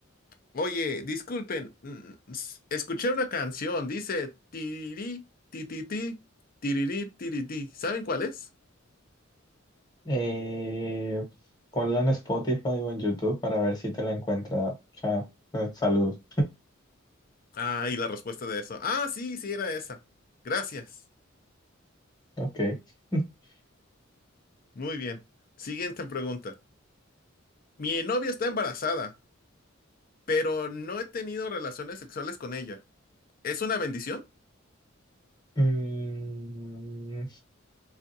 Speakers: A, on the left; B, on the left.
A: Oye, disculpen, mm, s- escuché una canción, dice tiri, ti, ti, ti, tirirí, tiri, ti". ¿Saben cuál es?
B: Eh, ponla en Spotify o en YouTube para ver si te la encuentra. Cha- eh, saludos.
A: Ah, y la respuesta de eso. Ah, sí, sí era esa. Gracias.
B: Ok. <laughs>
A: Muy bien. Siguiente pregunta. Mi novia está embarazada, pero no he tenido relaciones sexuales con ella. ¿Es una bendición?
B: Mm,